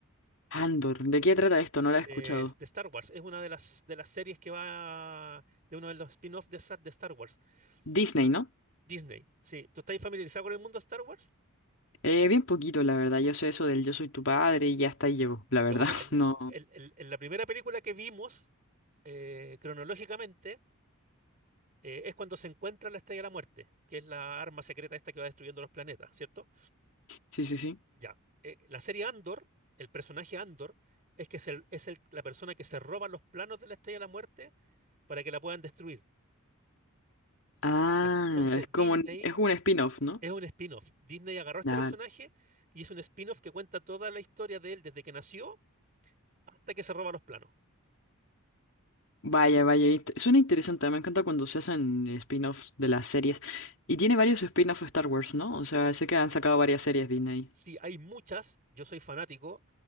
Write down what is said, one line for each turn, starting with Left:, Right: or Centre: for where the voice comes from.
Left: Andor, ¿de qué trata esto? No la he
Right: de,
Left: escuchado.
Right: de Star Wars. Es una de las, de las series que va de uno de los spin-offs de, Sa- de Star Wars.
Left: Disney,
Right: ¿no?
Left: ¿no?
Right: Disney, sí. ¿Tú estás familiarizado con el mundo Star Wars?
Left: Eh, bien poquito, la verdad, yo sé eso del yo soy tu padre y ya hasta ahí llego, la verdad,
Right: Ya bueno,
Left: <laughs>
Right: el-
Left: no.
Right: el- el- el- la primera película que vimos eh, cronológicamente eh, es cuando se encuentra la Estrella de la Muerte, que es la arma secreta esta que va destruyendo los planetas, ¿cierto?
Left: Sí, sí, sí.
Right: Ya. Eh, la serie Andor, el personaje Andor, es que es, el- es el- la persona que se roba los planos de la Estrella de la Muerte para que la puedan destruir.
Left: Ah,
Right: Entonces,
Left: es
Right: Disney
Left: como, un- es un spin-off, ¿no?
Right: es un spin-off. Disney agarró a este
Left: Ah,
Right: personaje y es un spin-off que cuenta toda la historia de él desde que nació hasta que se roba los planos.
Left: vaya, vaya, int- suena interesante, me encanta cuando se hacen spin-offs de las series. Y tiene varios spin-offs de Star Wars, ¿no? O sea, sé que han sacado varias series Disney.
Right: Sí, hay muchas, yo soy fanático